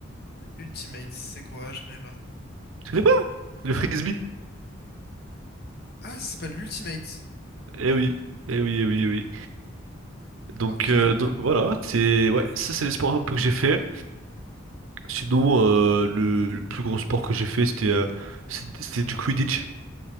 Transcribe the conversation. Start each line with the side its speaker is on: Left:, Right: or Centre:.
Left: Ultimate, c'est quoi? Je connais pas.
Right: Tu connais pas? Le
Left: Non.
Right: frisbee?
Left: Ah, ça s'appelle l'Ultimate.
Right: Eh oui, eh oui, eh oui, eh oui. Donc,
Left: Ok.
Right: euh, donc voilà, c'est ouais, ça c'est les sports un peu que j'ai fait. Sinon, euh, le, le plus gros sport que j'ai fait, c'était euh, c'était c'était du Quidditch.